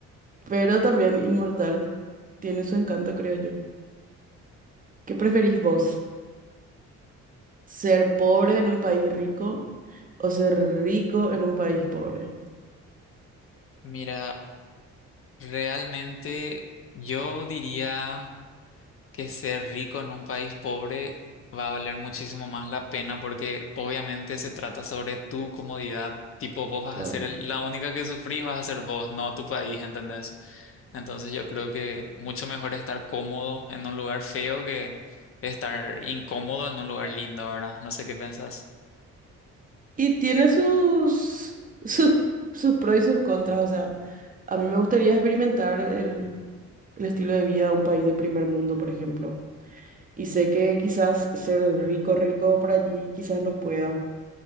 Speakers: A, on the right; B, on the left.
A: pero también inmortal tiene su encanto, creo yo. ¿Qué preferís vos? ser pobre en un país rico o ser rico en un país pobre.
B: mira, realmente yo diría... que ser rico en un país pobre va a valer muchísimo más la pena porque obviamente se trata sobre tu comodidad. Tipo, vos vas
A: Claro.
B: a ser el- la única que sufrís, vas a ser vos, no tu país, ¿entendés? Entonces yo creo que mucho mejor estar cómodo en un lugar feo que estar incómodo en un lugar lindo, ¿verdad? No sé qué pensás.
A: Y tiene sus, <laughs> sus, sus pros y sus contras. O sea, a mí me gustaría experimentar el, el estilo de vida de un país de primer mundo, por ejemplo. Y sé que quizás ser rico, rico por allí, quizás no pueda,